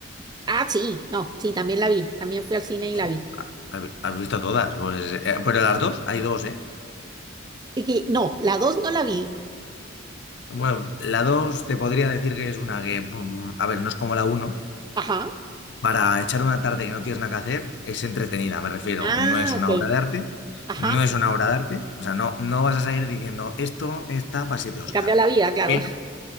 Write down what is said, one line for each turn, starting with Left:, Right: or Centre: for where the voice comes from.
Right: Ah, sí, no, sí, también la vi, también fui al cine y
Left: Jo,
Right: la vi.
Left: ¿Has has visto todas? Pues, eh, pero las dos, hay dos, ¿eh?
Right: Y que- No, la dos no la vi.
Left: Bueno, la 2 te podría decir que es una que, mm, a ver, no es como la uno
Right: Ajá,
Left: Para echar una tarde que no tienes nada que hacer, es entretenida, me refiero.
Right: Ah,
Left: No es una
Right: ok.
Left: obra de arte,
Right: ajá.
Left: no es una obra de arte. O sea, no, no vas a salir diciendo, esto, esta, para siete Oscar.
Right: Te cambió la vida, claro.
Left: Pero,
Right: <laughs>